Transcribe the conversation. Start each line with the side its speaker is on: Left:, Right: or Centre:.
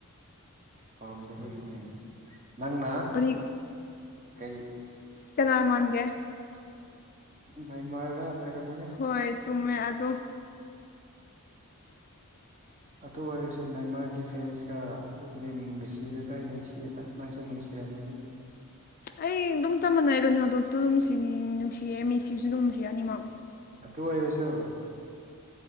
Right: ꯄꯥꯝꯗꯕꯒꯤꯅꯦ ꯅꯪꯅ
Left: ꯀꯔꯤ
Right: ꯀꯩ
Left: ꯀꯅꯥꯃꯥꯟꯒꯦ
Right: ꯅꯦꯃꯥꯔꯔ ꯑꯣꯏꯔꯝꯒꯅꯤ
Left: ꯍꯣꯏ ꯆꯨꯝꯃꯦ ꯑꯗꯣ <inaudible>
Right: ꯑꯗꯨ ꯑꯣꯏꯔꯁꯨ ꯅꯦꯃꯥꯔꯒꯤ ꯐꯦꯟꯁꯀ ꯑꯗꯨꯕꯨꯗꯤ ꯃꯦꯁꯤꯗ ꯂꯣꯏ ꯅꯨꯡꯁꯤꯗ ꯅꫭꯏꯁꯨ ꯅꯨꯡꯁꯤꯔꯝꯒꯅꯤ
Left: ꯑꯩ ꯑꯗꯨꯝ ꯆꯞ ꯃꯥꯟꯅꯩ ꯔꯣꯅꯥꯜꯗꫭꯁꯨ ꯗꯨꯝꯅꯨꯡꯁꯤ ꯅꯨꯡꯁꯤꯌꯦ ꯃꯦꯁꯤꯁꯨ ꯑꯗꯨꯝ ꯅꯨꯡꯁꯤꯌꯦ ꯑꯅꯤꯃꯛ
Right: ꯑꯗꯨ ꯑꫭꯏꯔꯁꯨ